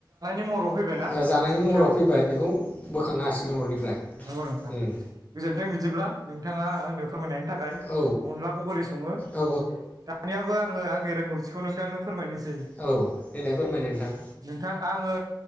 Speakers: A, on the right; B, on the left.
A: महराव फैबाय औ,
B: जानायनि महराव फैबाय बेखौ बोखांनो हासिगोन अरनिफ्राय
A: नंगौ नोंथां
B: उम
A: गोजोन्थों बिदिब्ला नोंथाङा आंनो फोरमायनाय अनलाखौ
B: औ
A: बोरै सङो
B: औ
A: दानियाबो आङो आंनि रोंगौथिखौ नोंथांनो फोरमायनोसै
B: औ देनाय फोरमायनाय नोंथां
A: नोंथां आङो